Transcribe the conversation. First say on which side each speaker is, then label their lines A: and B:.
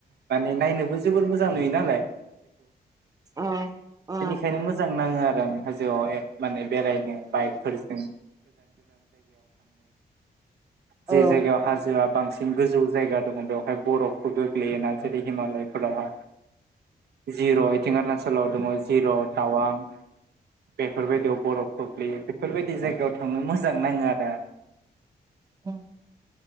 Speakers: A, on the right; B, on the right.
A: माने नायनो बेबो जबोर मोजां नुयो नालाय
B: उ उ
A: बेनिखायनो मोजां नाङो आरो आं हाजोआव माने बेरायनो बाइकफोरजों
B: औ
A: जे जायगायाव हाजोआ बांसिन गोजौ जायगा दङ बेवहाय बरफफोर गोग्लैयोना जेरै हिमालयफोरावहाय <unintelligible> <unintelligible> जिर तावां बेफोरबादियाव बरफ गोग्लैयो बेफोरबायदि जायगायाव थांनो मोजां नाङो आरो
B: उ